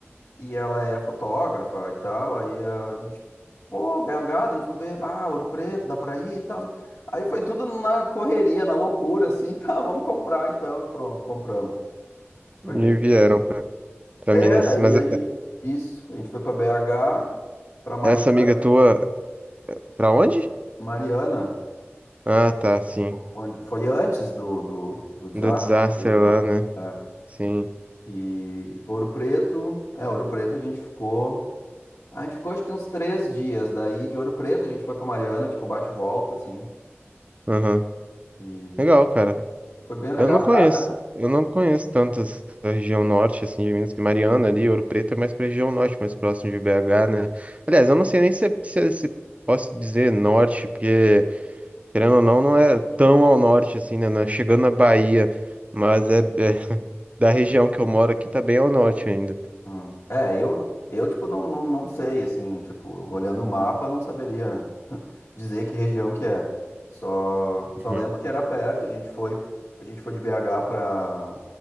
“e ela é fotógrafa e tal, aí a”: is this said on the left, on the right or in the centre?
Left